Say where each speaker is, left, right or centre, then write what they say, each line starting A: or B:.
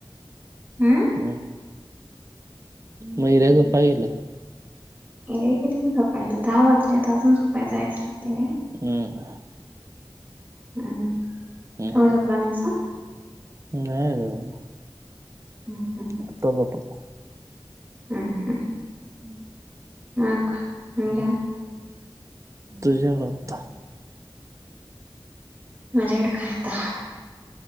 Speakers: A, on the right; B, on the right.
A: हम्म
B: ह <unintelligible> मैऱ्या झोपाय गेलंय
A: हे रे की झोपायला दहा वाजल्यात अजून झोपायला जायच राहते
B: हम्
A: <unintelligible>
B: हम्म
A: तुम्ही जोपला नाहीसा
B: नाही अजून
A: हम्म हम्
B: आता झोपा
A: हम्म हम्म
B: <inaudible>
A: हा का आणि काय
B: तुझ्या कडे आता
A: माझ्याकडे काय आता